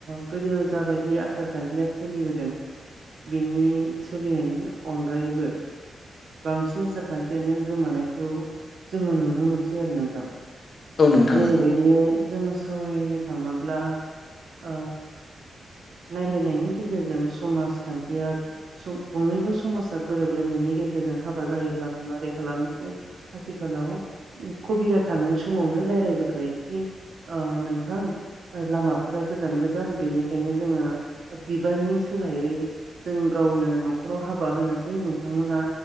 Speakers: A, on the right; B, on the left.
A: गोदो जाबायदि आसार खान्थिया सोलिबोदों बिनि सोलिनायनि अनगायैबो बांसिन आसारखान्थियानो गोमानायखौओ जोङो नुनो मोनसै आरो नोंथां
B: औ नोंथां
A: जेरैबादि
B: नंगौ
A: बिनो जोङो सावरायनो थाङोब्ला। ओ नायलायनायनि गेजेरजों समाजखान्थिया गंनैबो समाजा गोरोबलायनायनि गेजेरजों गेजेरजों हाबा जायोब्लाबो माबारै खालामो आथिखालावो कबिरा थांनाय समावनो रायलायबोखायोखि नोंओ गोथां लामाफोरा गोजान गोजान बेनिखायनोआ जोङो बिबारनि सोलायैओ जों गावनो न'खराव हाबा होनोसै नोंथांमोना